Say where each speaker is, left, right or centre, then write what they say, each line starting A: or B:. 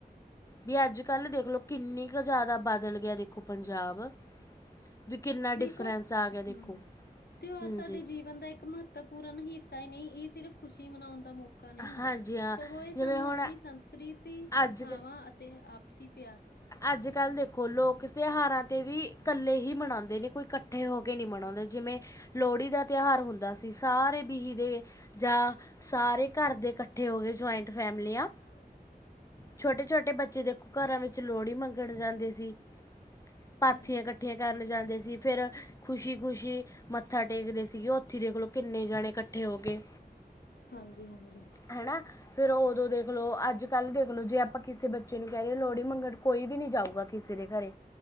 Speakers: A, on the left; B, on the left.
A: ਵੀ ਅੱਜ ਕੱਲ੍ਹ ਦੇਖਲੋ ਕਿੰਨੀ ਕੁ ਜਾਦਾ ਬਾਦਲ ਗਿਆ ਦੇਖੋ ਪੰਜਾਬ। ਵੀ ਕਿੰਨਾ
B: ਦੇਖੋ
A: ਡਿਫਰੈਂਸ ਆ ਗਿਆ ਦੇਖੋ
B: ਹਮ ਤਿਉਹਾਰ
A: ਹਾਂਜੀ
B: ਸਾਡੇ ਜੀਵਨ ਦਾ ਇੱਕ ਮਹੱ ਪੂਰਨ ਹਿੱਸਾ ਹੀ ਨਹੀਂ ਇ ਸਿਰਫ਼ ਖੁਸ਼ੀ ਮਨਾਉਣ ਦਾ ਮੌਕਾ ਨਹੀਂ ਹੁੰਦੇ
A: ਹਾਂਜੀ ਹਾਂ
B: ਸਗੋਂ ਇਹ
A: ਜਿਵੇਂ
B: ਸਾਨੂੰ
A: ਹੁਣ
B: ਆਪਣੀ ਸੰਸ ਕ੍ਰਿਤੀ ਪ੍ਰਥਾਵਾਂ,
A: ਅੱਜ
B: ਅਤੇ ਆਪਸੀ ਪਿਆਰ
A: ਅੱਜ-ਕੱਲ੍ਹ ਦੇਖੋ ਲੋਕ ਤਿਉਹਾਰਾਂ 'ਤੇ ਵੀ ਇਕੱਲੇ ਹੀ ਮਨਾਉਂਦੇ ਨੇ, ਕੋਈ ਇਕੱਠੇ ਹੋ ਕੇ ਨਹੀਂ ਮਨਾਉਂਦੇ। ਜਿਵੇਂ ਲੋਹੜੀ ਦਾ ਤਿਉਹਾਰ ਹੁੰਦਾ ਸੀ। ਸਾਰੇ ਬੀਹੀ ਦੇ ਜਾਂ ਸਾਰੇ ਘਰ ਦੇ ਇਕੱਠੇ ਇਕੱਠੇ ਹੋ ਗਏ। ਜੁਆਇੰਟ ਫੈਮਲੀਆ
B: ਹ।
A: ਛੋਟੇ-ਛੋਟੇ ਬੱਚੇ ਦੇਖੋ ਘਰਾਂ ਵਿੱਚ ਲੋਹੜੀ ਮੰਗਣ ਜਾਂਦੇ ਸੀ। ਪਾਥੀਆਂ
B: ਹਾਂਜੀ-ਹਾਂਜੀ।
A: ਇਕੱਠੀਆਂ ਕਰਨ ਜਾਂਦੇ ਸੀ। ਫਿਰ ਖੁਸ਼ੀ-ਖੁਸ਼ੀ ਮੱਥਾ ਟੇਕਦੇ ਸੀਗੇ। ਦੇਖ ਲਓ, ਕਿੰਨੇ ਜਾਣੇ ਇਕੱਠੇ ਹੋ ਕੇ
B: ਹਾਂਜੀ-ਹਾਂਜੀ।
A: ਹਨਾ, ਫੇਰ ਉਦੋਂ ਦੇਖਲੋ, ਅੱਜ ਕੱਲ ਦੇਖਲੋ, ਜੇ ਆਪਾਂ ਕਿਸੇ ਬੱਚੇ ਨੂੰ ਕਹਿ ਰਹੇ। ਲੋੜ ਮੰਗਣ ਕੋਈ ਵੀ ਨੀ ਜਾਊਗਾ। ਕਿਸੇ ਦੇ ਘਰੇ